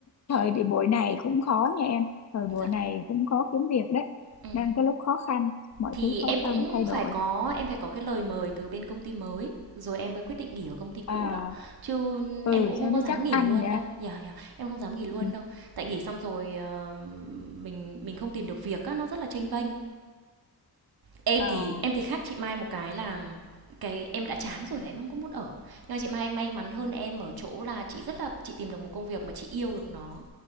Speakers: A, on the left; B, on the right.
A: thời điểm buổi này cũng khó nha em thời buổi
B: dạ
A: này cũng khó kiếm việc đấy
B: ừ.
A: đang cái lúc khó khăn mọi
B: thì
A: thứ
B: em
A: khó
B: cũng
A: khăn thay đổi
B: phải có em phải có cái lời mời từ bên công ty mới rồi em mới quyết định nghỉ ở công ty cũ
A: à
B: đó chứ
A: ừ
B: em cũng
A: cho
B: không
A: nó
B: có dám
A: chắc
B: nghỉ
A: ăn
B: luôn
A: nha
B: đâu dạ dạ em không dám nghỉ luôn
A: Ừ.
B: đâu tại nghỉ xong rồi ờ, mình mình không tìm được việc á nó rất là chênh vênh em
A: à,
B: thì em thì khác chị Mai một cái là cái em đã chán rồi là em không có muốn ở nhưng mà chị Mai may mắn hơn em ở chỗ là chị rất là chị tìm được một công việc mà chị yêu được nó